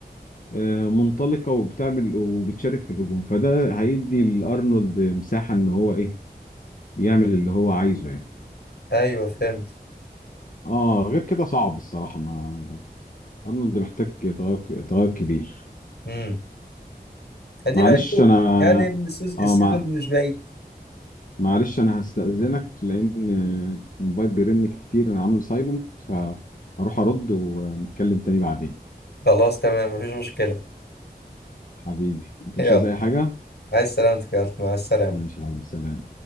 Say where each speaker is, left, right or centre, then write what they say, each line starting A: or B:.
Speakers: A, on the left (about 55°); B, on the left (about 85°).
A: آه، منطلقة وبتعمل وبتشارك في الهجوم فده هيدي لأرنولد مساحة إن هو إيه يعمل اللي هو عايزه يعني
B: ايوه فهمت
A: آه غير كده صعب الصراحة ما أرنولد محتاج تغير تغير كبير
B: امم ادينا
A: معلش
B: هنشوف
A: أنا
B: يعني السوز-
A: آه
B: السيزون
A: مع...
B: مش بعيد
A: معلش أنا هستأذنك لأن آه، الموبايل بيرن كتير أنا عامله سايلنت فهروح أرد ونتكلم تاني بعدين
B: خلاص تمام مفيش مشكلة
A: حبيبي أنت
B: يلا
A: مش عايز أي حاجة؟
B: عايز سلامتك يا عبد- مع السلامة
A: ماشي يا حبيبي سلام